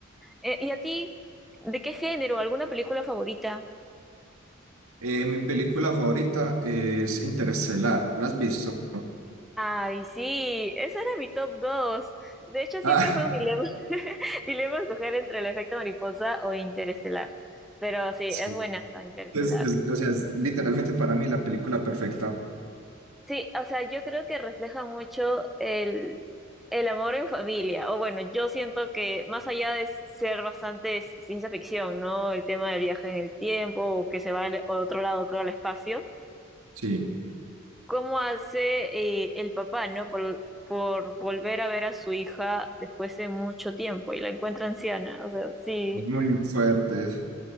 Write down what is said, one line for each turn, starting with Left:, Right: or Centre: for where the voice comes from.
Centre: Eh, ¿y a ti, de qué género? ¿Alguna película favorita?
Right: Eh, mi película favorita es Interestelar. ¿La has visto?
Centre: Ay, sí, ese era mi top dos De hecho, siempre
Right: Ah,
Centre: fue un dilema, <laughs> dilema escoger entre el efecto mariposa o Interestelar. Pero
Right: <laughs>
Centre: sí,
Right: sí.
Centre: es buena esta Interestelar.
Right: Es, es- o sea, es literalmente para mí la película perfecta.
Centre: Sí, o sea, yo creo que refleja mucho el, el amor en familia. O bueno, yo siento que más allá de ser bastante ciencia ficción, ¿no? El tema del viaje en el tiempo o que se va a otro lado, creo, al espacio
Right: Sí, es
Centre: cómo hace eh, el papá, ¿no? Por, por volver a ver a su hija después de mucho tiempo y la encuentra anciana. O sea, sí,
Right: muy fuerte.